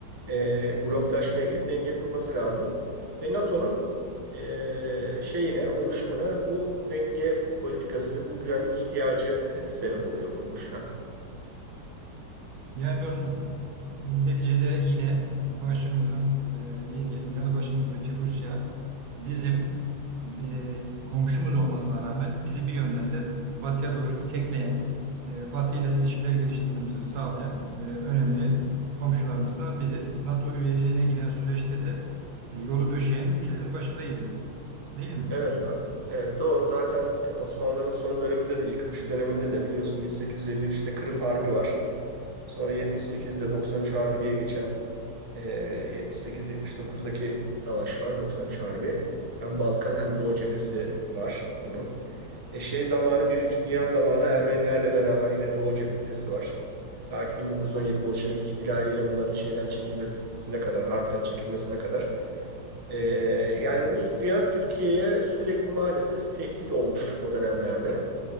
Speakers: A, on the right; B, on the right.
A: e, bloklaşmaya gidip denge kurması lazım. Ve NATO'nun e, şeyine, oluşumuna bu denge politikası, bu güvenlik ihtiyacı e, sebep oluyor kuruluşuna.
B: Yani dostum neticede yine başımızın e, ne diyelim yanı başımızdaki Rusya bizim e, komşumuz olmasına rağmen bizi bir yönden de batıya doğru itekleyen, e, batıyla ilişkiler geliştirmemizi sağlayan e, önemli komşularımızdan biri. NATO üyeliğine giden süreçte de e, yolu döşeyen ülkelerin başında geliyor değil mi?
A: Evet abi. Evet doğru. Zaten e, Osmanlıların son döneminde de yıkılış döneminde de biliyorsun 1853'te Kırım Harbi var. Sonra 78'de 93 Harbi diye geçen e, 78-79'daki savaş var. 93 Harbi. Hem Balkan hem Doğu cephesi var bunun. E, şey zamanı Birinci Dünya zamanı Ermenilerle beraber yine Doğu cephesi var. Ta ki 1917 Bolşevik ihtilaliyle bunların şeyden çekilmesine kadar, harpten çekilmesine kadar ee, yani Rusya Türkiye'ye sürekli maalesef tehdit olmuş o dönemlerde